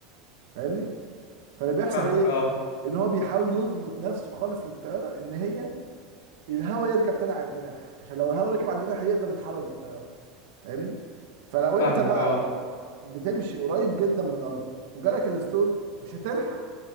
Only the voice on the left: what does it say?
فاهمك
اه
فاهمك
اه